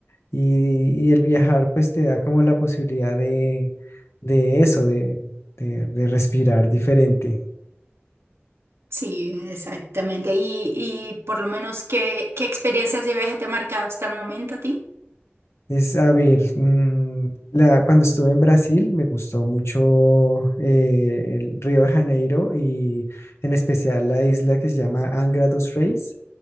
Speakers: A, on the left; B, on the right.
A: y, y el viajar pues te da como la posibilidad de, de eso, de, de de respirar diferente.
B: Sí, exactamente. Y, y por lo menos, ¿qué, qué experiencias de viaje te ha marcado hasta el momento a ti?
A: Es, a ver, mm, la, cuando estuve en Brasil me gustó mucho eh, el Río de Janeiro y en especial la isla que se llama Angra dos Reis,